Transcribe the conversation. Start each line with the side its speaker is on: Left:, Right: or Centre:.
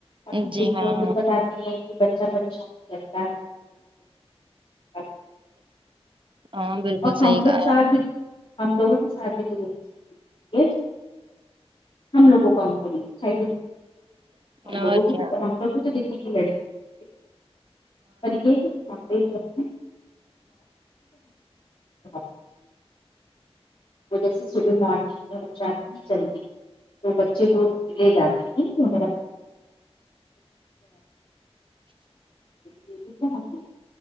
Left: اپنی
Right: جی
Left: بیٹی
Right: ہاں
Left: خود بتاتی ہیں کہ بچہ پریشان کرتا رہے <inaudible>
Right: ہاں بالکل
Left: اور ہم
Right: صحی
Left: لوگ
Right: کہا
Left: ساتھ
Right: اپنے
Left: بھی ہم لوگوں کی <unintelligible> ہم لوگوں کو ہم کونی چاہی
Right: ہے۔
Left: ہم لوگوں
Right: اور
Left: کو
Right: کیا
Left: تو ہم لوگ کو تو کنی کی لڑکی اور یہ <unintelligible> وجہ سے صبح مارننگ میں وہ جلدی وہ بچے کو لے جاتی تھی م <unintelligible>